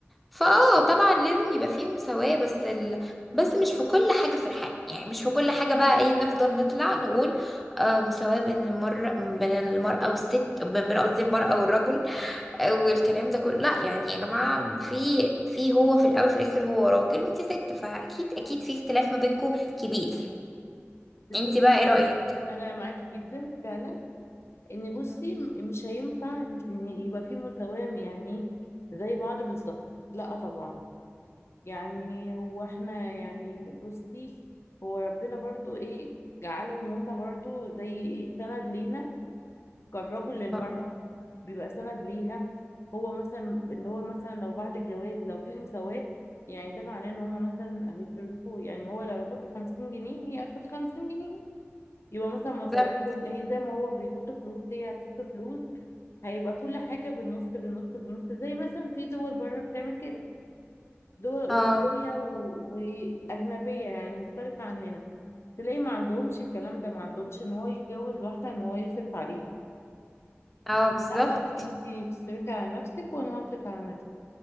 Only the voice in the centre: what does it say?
فاه طبعا لازم يبقى فيه مساواة بس ال... بس مش في كل حاجة في الحياة يعني مش في كل حاجة بقى ايه نفضل نطلع نقول آه مساواة بين المر... بين المرأة والست ب- بين قصدي المرأة والرجل آه والكلام ده كله لا يعني يا جماعة في في هو في الأول في الآخر هو راجل وانت ست فأكيد أكيد في اختلاف ما بينكم كبير
انت بقى ايه رأيك؟
مم.
اه
بالظبط.
اه
آه، بالظبط